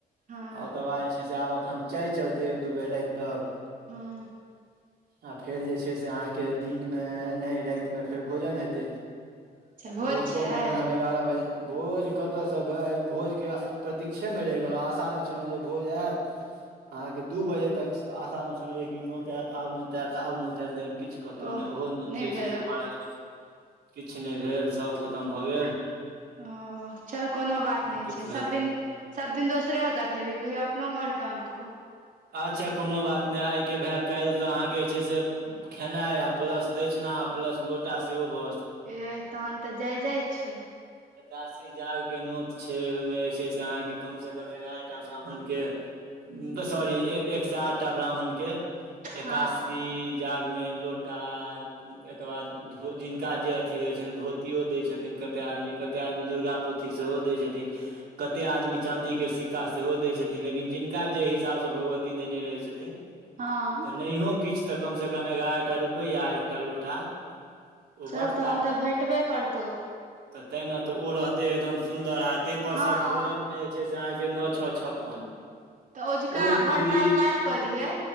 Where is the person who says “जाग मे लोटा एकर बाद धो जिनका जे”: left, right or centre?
Right